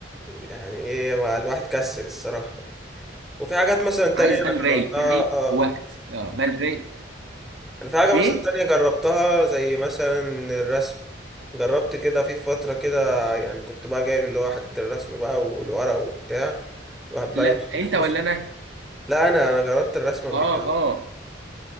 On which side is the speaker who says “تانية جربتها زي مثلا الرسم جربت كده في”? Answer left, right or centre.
Centre